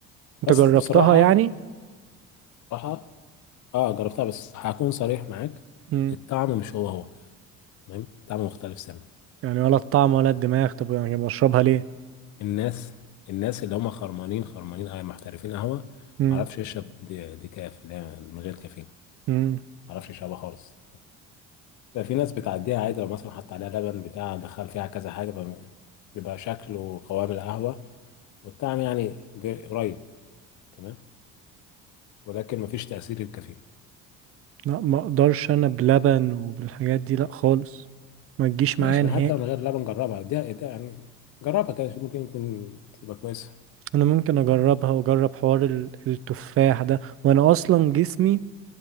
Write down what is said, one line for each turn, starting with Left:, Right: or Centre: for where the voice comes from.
Right: انت
Left: بس
Right: جربتها
Left: بصراحة
Right: يعني
Left: بصراحة اه جربتها بس هكون صريح معاك
Right: امم
Left: الطعم مش هو هو تمام طعم مختلف سنة
Right: يعني ولا الطعم ولا الدماغ طب يعني بشربها ليه
Left: الناس الناس اللي هم خرمانين خرمانين اه محترفين قهوة
Right: امم
Left: معرفش يشرب دي, دي كاف اللي هي من غير كافيين
Right: امم
Left: معرفش يشربها خالص ففي ناس بتعديها عادي لو مثلا حط عليها لبن بتاع دخل فيها كذا حاجة فم- بيبقى شكل وقوام القهوة والطعم يعني بي- قريب تمام ولكن مفيش تأثير الكافيين
Right: لا ما اقدرش انا بلبن وبالحاجات دي لا خالص ما تجيش
Left: ماشي
Right: معايا نهائي
Left: ما حتى من غير لبن نجربها ده ده يعني جربها كده شوف ممكن يمكن تبقى كويسة
Right: انا ممكن اجربها واجرب حوار ال- التفاح ده وانا اصلا جسمي